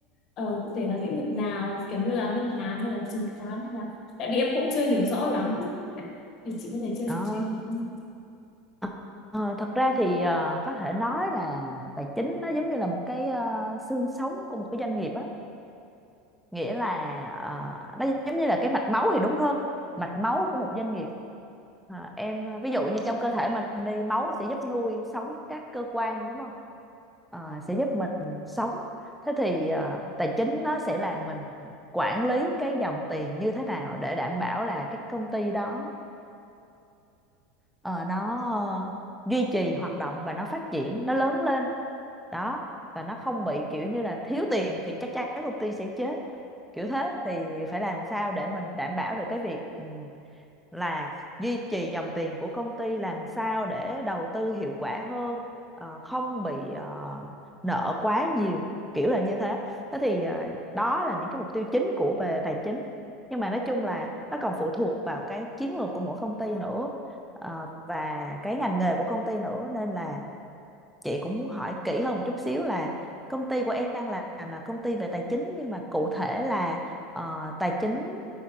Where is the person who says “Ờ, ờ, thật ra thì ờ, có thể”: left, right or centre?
Centre